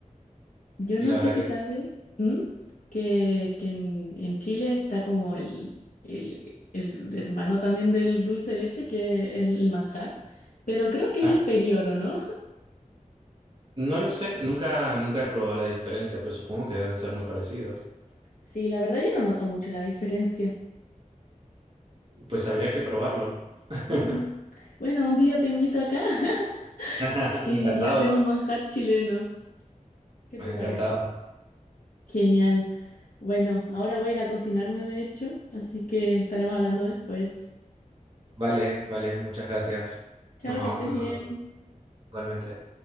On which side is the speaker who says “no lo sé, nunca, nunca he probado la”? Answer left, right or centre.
Right